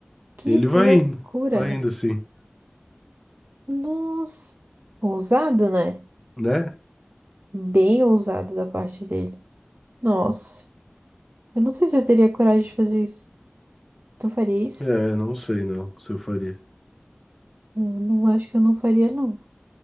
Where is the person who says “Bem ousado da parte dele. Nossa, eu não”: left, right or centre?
Right